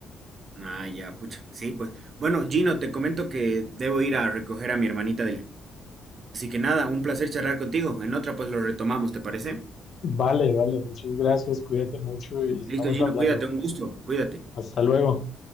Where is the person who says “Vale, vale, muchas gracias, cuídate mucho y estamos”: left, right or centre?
Left